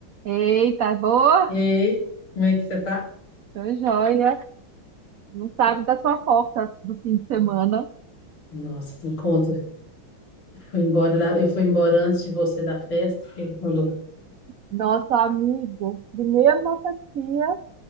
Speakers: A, on the right; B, on the left.
A: Eita, boa!
B: E aí, como é que você tá?
A: Tô joia. Não sabe das fofocas do fim de semana.
B: Nossa, me conta. Eu fui embora, da- eu fui embora antes de você da festa. O que ele falou,
A: Nosso amigo, primeiro nossa tia,